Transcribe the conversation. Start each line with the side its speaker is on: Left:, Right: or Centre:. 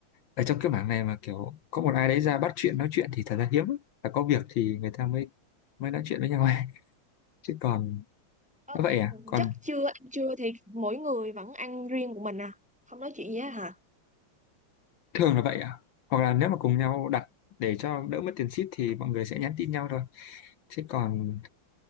Left: ở trong cái mảng này mà kiểu có một ai đấy ra bắt chuyện nói chuyện thì thật ra hiếm lắm. và có việc thì người ta mới mới nói chuyện với nhau ấy. chứ còn
Centre: Ờ
Left: nó
Centre: thế
Left: vậy à còn
Centre: chắc trưa ăn trưa thì mỗi người vẫn ăn riêng của mình à? Không nói chuyện gì hết hả?
Left: thường là vậy ạ hoặc là nếu mà cùng nhau đặt để cho đỡ mất tiền ship thì mọi người sẽ nhắn tin nhau thôi chứ còn